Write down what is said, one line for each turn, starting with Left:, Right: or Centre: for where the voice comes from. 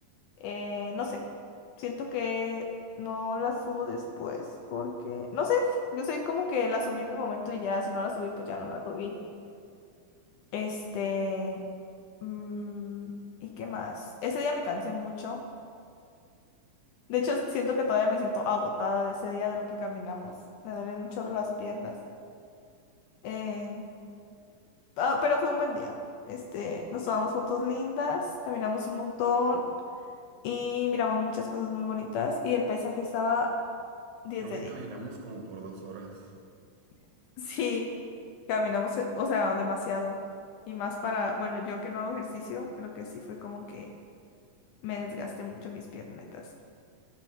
Left: eh, no sé. Siento que no las subo después porque, no sé, yo soy como que las subí en el momento y ya, si no las subí, pues ya no las subí. Este, mm, ¿y qué más? Ese día me cansé mucho. De hecho, siento que todavía me siento agotada de ese día de lo que caminamos. Me duelen un chorro las piernas. Eh, ah, pero fue un buen día. Este, nos tomamos fotos lindas, caminamos un montón y miramos muchas cosas muy bonitas y el paisaje estaba 10
Right: Creo
Left: de
Right: que
Left: 10.
Right: caminamos como por dos horas.
Left: <laughs> Sí, caminamos, eh, o sea, demasiado. Y más para, bueno, yo que no hago ejercicio, creo que sí fue como que me desgasté mucho mis piernas.